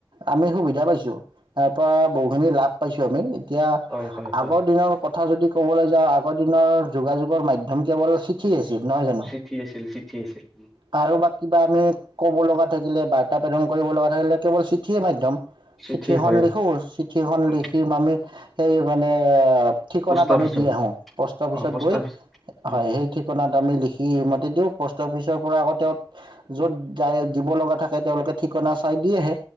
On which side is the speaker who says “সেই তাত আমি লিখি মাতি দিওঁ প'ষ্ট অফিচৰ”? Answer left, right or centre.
Right